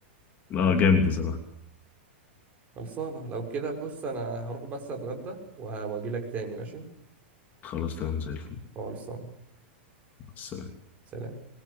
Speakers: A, on the left; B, on the right.
A: <laughs> اه جامد بصراحه
B: خلصانه لو كده بص انا هروح بس اتغدى وهاجي لك تاني ماشي
A: خلاص تمام زي الفل
B: خلصانه
A: بس
B: سلام